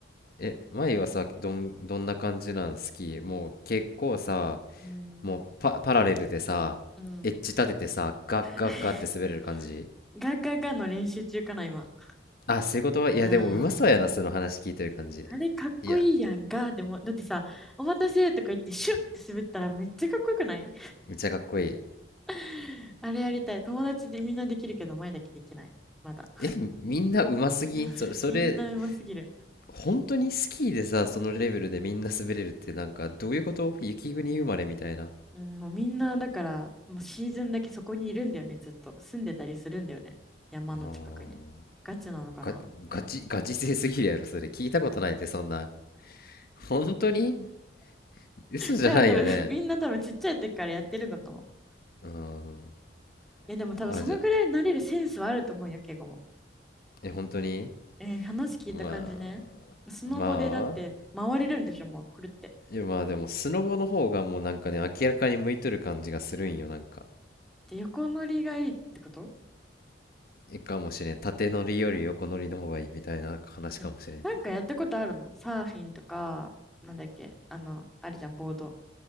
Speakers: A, on the left; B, in the centre.
A: え前はさどんどんな感じなん好きもう結構さ
B: うん。
A: もうパ、パラレルでさエッジ立ててさガッガッガッって滑れる感じ
B: うん。<laughs> ガガガの練習中かな、今。
A: あ仕事はいやでもうまそうやなその話聞いてる感じ
B: うん。あれかっこいいやん、
A: いや
B: ガーでも。だってさ、お待たせとか言ってシュッって滑ったらめっちゃかっこよくない
A: めっちゃかっこいい
B: <laughs> あれやりたい。友達でみんなできるけど、前だけできない。まだ。
A: えみんなうますぎんそ、
B: <laughs>
A: それ
B: みんなうますぎる。
A: 本当にスキーでさそのレベルでみんな滑れるってなんかどういうこと雪国生まれみたいな
B: うん、もうみんな、だから、もうシーズンだけそこにいるんだよね、ずっと。住んでたりするんだよね。山の近くに。
A: あー
B: ガチなのかな。
A: がガチ、ガチ勢すぎるやろ、それ。聞いたことないって、そんな。本当に嘘じゃないよね。
B: か、多分、<laughs> みんな多分ちっちゃい時からやってるんだと思う。
A: うん。
B: いや、でも多分そのくらいになれるセンスはあると思うよ、
A: あ、じゃあ、
B: 敬語も。
A: え、本当に
B: えー話聞いた感じね。
A: ま
B: スノボでだって回れるんでしょ、
A: あ、まあ、
B: もうくるって。
A: いやまあでも、スノボの方がもうなんかね、明らかに向いとる感じがするんよ、なんか。
B: で、横乗りがいいってこと
A: え、かもしれん。縦乗りより横乗りの方がいいみたいな話かもしれん。
B: えなんかやったことあるのサーフィンとか、なんだっけあの、あれじゃん、ボード。